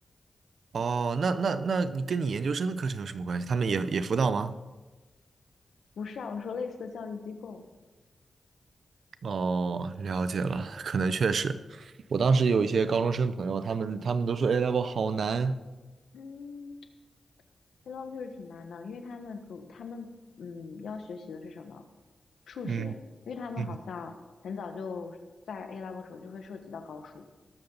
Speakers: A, on the right; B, on the left.
A: 哦，那那那你跟你研究生的课程有什么关系？他们也也辅导吗？
B: 不是啊，我说类似的教育机构，
A: 哦，了解了，可能确实，我当时有一些高中生朋友，他们他们都说 A level 好难。
B: 嗯 a l e v e l o 就是挺难的，因为他们主他们嗯要学习的是什么？数学，
A: 嗯
B: 因为他们好像很早就在
A: 嗯，
B: A level 时候就会涉及到高数，